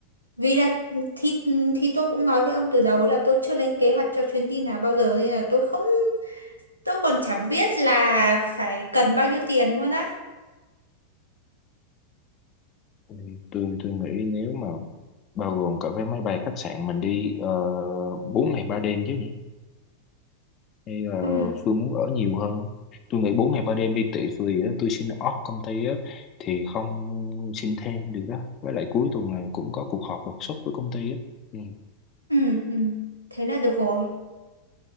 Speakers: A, on the right (about 80°); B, on the left (about 30°).
A: Vì là thì thì tôi cũng nói với ông từ đầu là tôi chưa lên kế hoạch cho chuyến đi nào bao giờ nên là tôi không tôi còn chẳng biết là phải cần bao nhiêu tiền luôn á.
B: Ừ, tôi tôi nghĩ nếu mà bao gồm cả vé máy bay khách sạn mình đi uh, 4 ngày 3 đêm chứ nhỉ hay là
A: Ừ
B: Phương muốn ở nhiều hơn tôi nghĩ 4 ngày 3 đêm đi tị vì á, tôi xin off công ty á, thì không xin thêm được đó với lại cuối tuần này cũng có cuộc họp đột xuất với công ty á ừ.
A: ừ ừ. Thế là được rồi.